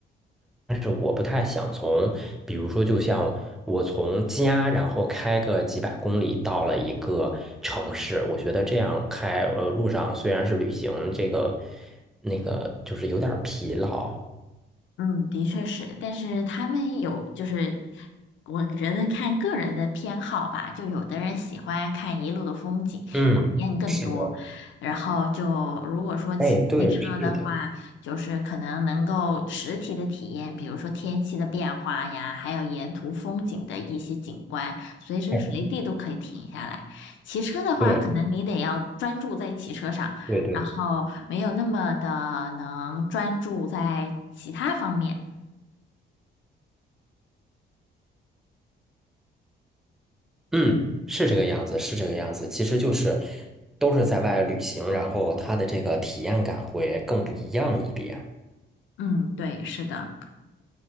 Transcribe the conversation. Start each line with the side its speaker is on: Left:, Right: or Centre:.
Centre: 是我不太想从，比如说，就像我从家，然后开个几百公里到了一个城市，我觉得这样开，呃，路上虽然是旅行，这个那个就是有点儿疲劳。
Left: 嗯，的确是，但是他们有就是，我觉得看个人的偏好吧，就有的人喜欢看一路的风景，体验更多，
Centre: 嗯，是的，
Left: 然后就如果说骑机车的话，
Centre: 哎，对，是的，
Left: 就是可能能够实体的体验，比如说天气的变化呀，还有沿途风景的一些景观，随时随地都可以停下来。
Centre: 哎，
Left: 骑车的话，
Centre: 对，
Left: 可能你得要专注在骑车上。
Centre: 对对，
Left: 然后没有那么的能专注在其他方面。
Centre: 嗯，是这个样子，是这个样子。其实就是都是在外旅行，然后他的这个体验感会更不一样一点。
Left: 嗯，对，是的，